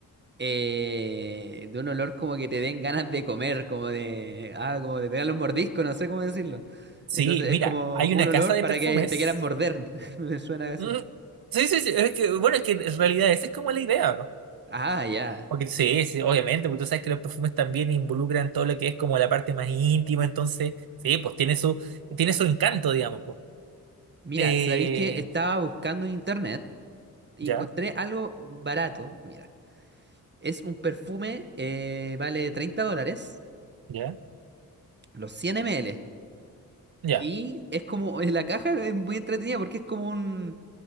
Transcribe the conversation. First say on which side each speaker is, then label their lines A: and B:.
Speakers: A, on the right (about 30°); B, on the right (about 80°).
A: eh, de un olor como que te den ganas de comer, como de, ah, como de pegarle un mordisco, no sé cómo decirlo.
B: Sí,
A: Entonces es
B: mira,
A: como
B: hay
A: un
B: una
A: olor
B: casa de
A: para
B: perfumes.
A: que te quieran morder. <laughs> Me suena a eso.
B: Mm, Sí, sí, sí. Es que, bueno, es que en realidad esa es como la idea.
A: Ah, ya.
B: Porque, sí, sí, obviamente, porque tú sabes que los perfumes también involucran todo lo que es como la parte más íntima, entonces, sí, pues tiene su, tiene su encanto, digamos, pues.
A: Mira,
B: Eh,
A: ¿sabéis que estaba buscando en internet y
B: ya,
A: encontré algo barato? Mira, es un perfume, eh, vale 30 dólares,
B: ya,
A: los 100 ml.
B: ya,
A: Y es como, en la caja es muy entretenida porque es como un,